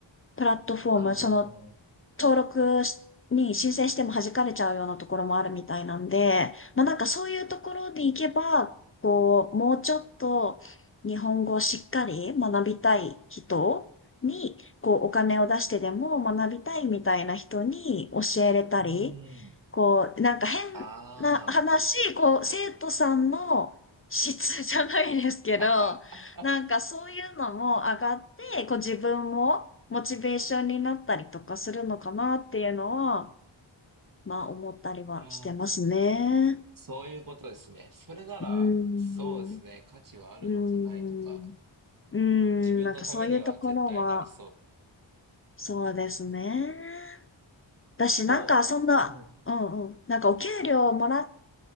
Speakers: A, on the left; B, on the right.
A: プラットフォーム、
B: あ。あ
A: その
B: あ。
A: 登録しに申請しても弾かれちゃうようなところもあるみたいなんで、まあなんかそういうところに行けば、こう、もうちょっと日本語をしっかり学びたい人に、こう、お金を出してでも学びたいみたいな人に教えれたり、
B: うーん。
A: こう、なんか変な話、
B: ああ。
A: こう、生徒さんの質じゃないですけど、
B: <laughs>
A: なんかそういうのも上がって、こう自分もモチベーションになったりとかするのかなっていうのは、まあ思ったりはしてますね。
B: いやー、そういうことですね。それなら、
A: うーん。
B: そうですね。価値はあるのかないのか。
A: うーん。うーん。
B: 自分のためには絶対なりそう。
A: なんかそういうところは、そうですね。だし、
B: も
A: なんかそんな、
B: う、うん。
A: うんうん、なんかお給料もらっ